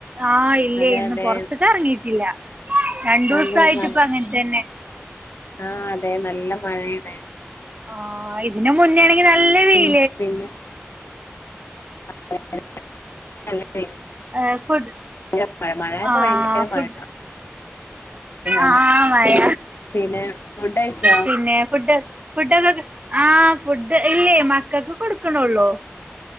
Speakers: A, on the right; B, on the left.
A: ആഹ് ഇല്ലേയ്
B: അതെ
A: ഇന്ന്
B: അതെ
A: പൊറത്ത്ക്കെറങ്ങീട്ടില്ല. രണ്ടൂസായിട്ട്
B: അതെ നല്ല
A: പ്പൊ അങ്ങൻത്തെന്നെ
B: ആഹ്, അതെ നല്ല മഴേണ്.
A: ആഹ് ഇതിന് മുന്നേണെങ്കി നല്ല വെയ്
B: ഉം പിന്നെ <unintelligible>
A: ഏഹ് ഫുഡ്
B: ഭയങ്കര മഴ മഴായപ്പോ
A: ആഹ്
B: ഭയങ്കര
A: ഫുഡ്
B: മഴ അതെ
A: ആഹ് മയ
B: പിന്നെ ഫുഡ് കഴിച്ചോ
A: പിന്നെ ഫുഡ്‌. ഫുഡൊക്കെ ആഹ് ഫുഡ് ഇല്ലേയ്, മക്കക്ക് കൊട്ക്കിണൊള്ളൂ.